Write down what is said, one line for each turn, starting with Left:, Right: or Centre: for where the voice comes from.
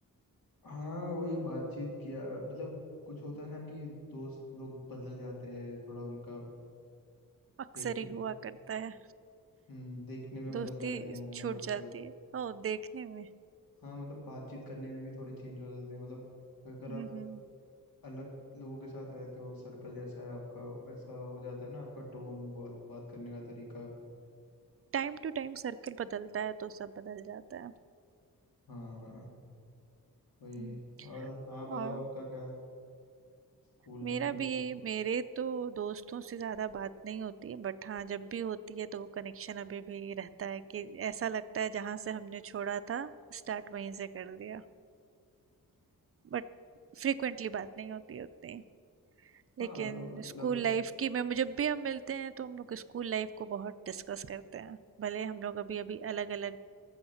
Left: हाँ वही बातचीत किया मतलब कुछ होता है ना कि दोस्त लोग बदल जाते हैं थोड़ा उनका
Right: अक्सर
Left: देख
Right: ही हुआ करता है
Left: हम्म, देखने में बदल
Right: दोस्ती
Left: जाते हैं
Right: छूट
Left: वैसा
Right: जाती है ओ देखने में
Left: हाँ मतलब बातचीत करने में भी थोड़े चेंज हो जाते हैं मतलब अगर
Right: हम्म
Left: आप अलग लोगों के साथ रहते हो सर्कल जैसा है आपका वैसा हो जाता है ना आपका टोन बात बात करने का तरीका
Right: टाइम टू टाइम सर्कल बदलता है तो सब बदल जाता है
Left: हाँ वही
Right: हम्म।
Left: और हाँ बताओ
Right: और
Left: आपका क्या स्कूल
Right: मेरा
Left: में कुछ
Right: भी मेरे तो दोस्तों से ज़्यादा बात नहीं होती बट हाँ जब भी होती है तो वो कनेक्शन अभी भी रहता है कि ऐसा लगता है जहाँ से हमने छोड़ा था स्टार्ट वहीं से कर लिया बट फ्रिक्वेंटली बात नहीं होती उतनी
Left: हाँ
Right: लेकिन
Left: मतलब
Right: स्कूल लाइफ की में जब भी हम मिलते हैं तो हम लोग स्कूल लाइफ को बहुत डिस्कस करते हैं भले हम लोग अभी अभी अलग अलग